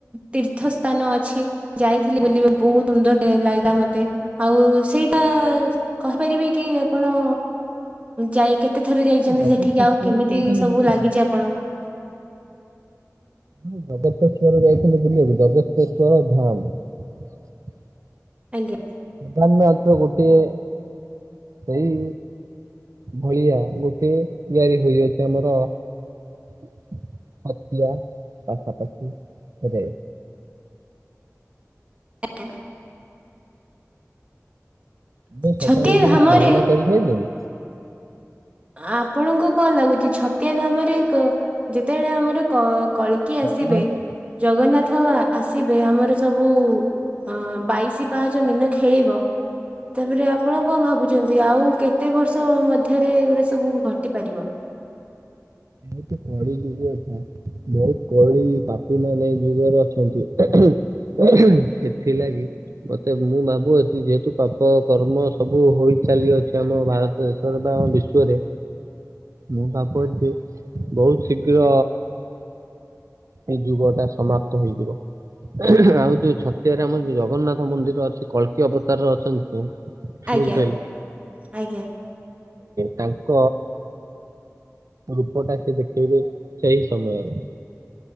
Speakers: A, on the right; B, on the right.
A: ତୀର୍ଥ ସ୍ଥାନ ଅଛି ଯାଇଥିଲି ବୁଲିବା ବହୁତ ସୁନ୍ଦର ଲାଗିଲା ମତେ ଆଉ ସେଇଟା କହିପାରିବେ କି ଆପଣ ଯାଇ କେତେ ଥର ଯାଇଛନ୍ତି
B: ଜଗତେଶ୍ଵର
A: ସେଠିକି, ଆଉ କେମିତି
B: ଯାଇଛନ୍ତି
A: ସବୁ
B: ବୁଲିବାକୁ?
A: ଲାଗିଛି ଆପଣଙ୍କୁ?
B: ହଁ ଜଗତେଶ୍ୱଵର ଯାଇଥିଲେ ବୁଲିବାକୁ ଜଗତେଶ୍ୱଵର ଧାମ ।
A: ଆଜ୍ଞା
B: ପ୍ରଧାନାତ ଗୋଟିଏ ସେଇ ଭଳିଆ ଗୋଟେ ଆାରି ହୋଇଅଛି ଆମର ଛତିଆ ପାଖାପାଖି ରେ
A: ହ <inaudible>
B: ବା ସକାଳେ
A: ଛତିଆ
B: ଟିକି
A: ଧାମରେ
B: ସ୍ନାନ କରିସାରିଲେଣି <inaudible>
A: ଆପଣଙ୍କୁ କଣ ଲାଗୁଛି ଛତିଆ ଧାମରେ କ ଯେତେବେଳେ ଆମର କ କଳକିି
B: ଘଟଣା
A: ଆସିବେ ।
B: ତ
A: ଜଗନ୍ନାଥ ଆସିବେ ଆମର ସବୁ ଅ ବାଇଶି ପାହାଚ ମୀନ ଖେଳିବ ତାପରେ ଆପଣ କଣ ଭାବୁଛନ୍ତି ଆଉ କେତେ ବର୍ଷ ମଧ୍ୟରେ ଏଇ ଗୁଡା ଏ ସବୁକୁ ଘଟି ପାରିବ ।
B: ଯେହେତୁ କଳି ଯୁଗ କଥା ବହୁତ କଳି ପାପି ଏ ମାନେ ଯୁଗରେ ଅଛନ୍ତି । ସେଥିଲାଗି ମତେ ମୁଁ ଭାବୁଅଛି ଯେହେତୁ ପାପ କର୍ମ ସବୁ ହେଉଛି । ଚାଲି ଅଛି ଆମ ଭାରତ ଦେଶରେ ବା ଆମ ବିଶ୍ଵରେ ମୁଁ ଭାବୁ ଅଛି ବହୁତ ଶୀଘ୍ର ଏଇ ଯୁଗ ଟା ସମାପ୍ତ ହେଇଯିବ ଆଉ ଯୋଉ ଛ ଏଥିରେ ଆମର ଜଗନ୍ନାଥ ମନ୍ଦିର ଅଛି କଳକି ଅବତାରରେ ଅଛନ୍ତି ସେ ।
A: ଆଜ୍ଞା
B: ବୁଝିପାରିଲି
A: ଆଜ୍ଞା।
B: ତାଙ୍କ ରୂପଟା ସେ ଦେଖେଇବେ ସେଇ ସମୟରେ ।